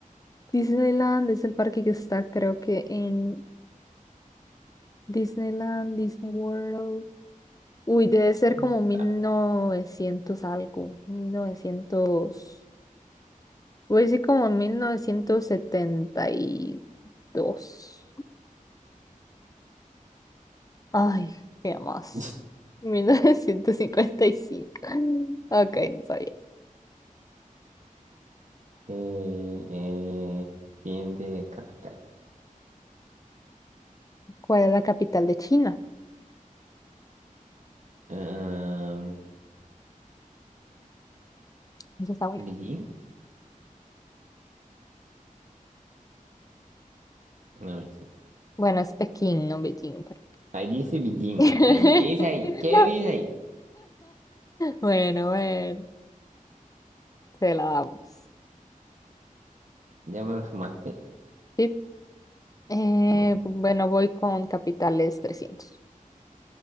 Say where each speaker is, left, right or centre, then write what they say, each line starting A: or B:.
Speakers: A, on the left; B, on the right.
A: Disneyland es el parque que está, creo que en Disneyland, Disney World. Uy, debe ser como
B: No
A: 1900
B: sabe.
A: algo, 1900. Voy a decir como en 1972. Ay, qué más.
B: <laughs>
A: <laughs> 1955. Ok, no sabía.
B: Eh, eh, ¿quién de capital?
A: ¿Cuál es la capital de China?
B: Ah,
A: Eso está muy
B: ¿Beijing?
A: fácil.
B: No, no, sí.
A: Bueno, es Pekín, no Beijing, pero-
B: Ahí dice Beijing.
A: <laughs>
B: Ahí, ¿qué dice ahí? ¿Qué dice ahí?
A: Bueno, bueno, se la damos.
B: Ya me lo sumaste.
A: Sí. Eh,
B: Bueno,
A: bueno, voy con capitales 300.